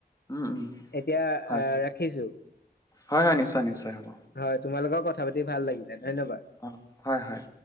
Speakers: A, on the left; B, on the left.
A: উম, উম,
B: এতিয়া আহ
A: হয়,
B: ৰাখিছো
A: হয়, হয়, নিশ্চয়, নিশ্চয় হ'ব,
B: হয় তোমাৰ লগত কথা পাতি ভাল লাগিলে ধন্যবাদ
A: অ হয় হয়